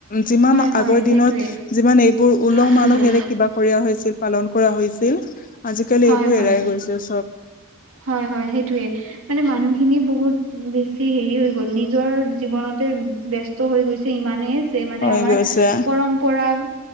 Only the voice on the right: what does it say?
হয় হয়
সেইটোৱে
আছিলে
হয়,
হয়,
হয়, হয় সেইটোৱে মানে মানুহখিনি বহুত বেছি হেৰি হৈ গ'ল নিজৰ জীৱনতে বস্ত হৈ গৈছে ইমানেই যে মানে
আমাৰ
পৰম্পৰা